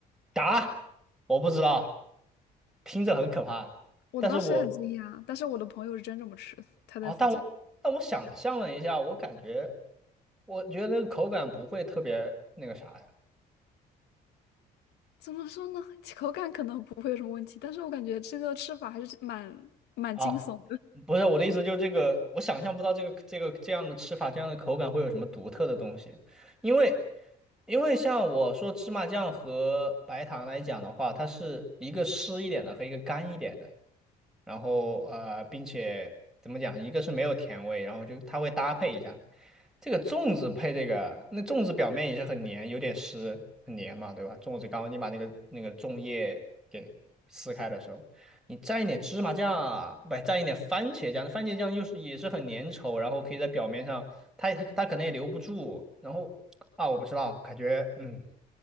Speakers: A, in the centre; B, on the left (about 75°).
A: 答，我不知道，听着很可怕，
B: 我当时也很惊讶，
A: 但是我
B: 但是我的朋友是真这么吃，他在福建。
A: 啊、但我但我想象了一下，我感觉我觉得那个口感不会特别那个啥呀。
B: 怎么说呢？<laughs> 口感可能不会有什么问题，但是我感觉这个吃法还是蛮蛮惊悚
A: 啊，不是我的意思，就是这个，我想象不到这个这个这样的吃法，这样的口感会有什么独特的东西，因为因为像我说芝麻酱和白糖来讲的话，它是一个湿一点的和一个干一点的，然后呃，并且怎么讲，一个是没有甜味，然后就它会搭配一下这个粽子配这个，那粽子表面也是很黏，有点湿，很黏嘛，对吧？粽子刚刚你把那个那个粽叶给撕开的时候，你蘸一点芝麻酱，不蘸一点番茄酱，番茄酱又是也是很粘稠，然后可以在表面上，它它它可能也留不住，然后啊，我不知道，感觉嗯，